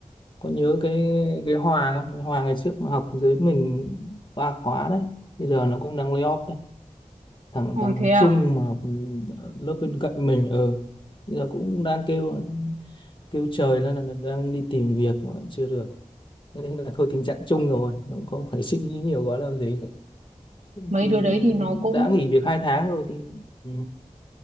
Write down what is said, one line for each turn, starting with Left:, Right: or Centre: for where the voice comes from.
Left: có nhớ cái cái Hòa không cái Hòa ngày trước mà học dưới mình ba khóa đấy bây giờ nó cũng đang lay off đấy thằng
Right: ôi
Left: thằng
Right: thế à
Left: Trung mà học lớp bên cạnh mình ở bây giờ cũng đang kêu kêu trời lên là là đang đi tìm việc mà chưa được Thế nên là thôi tình trạng chung rồi cũng không phải suy nghĩ nhiều quá làm gì
Right: mấy
Left: thì
Right: đứa đấy thì nó cũng
Left: đã nghỉ việc hai tháng rồi thì ừ,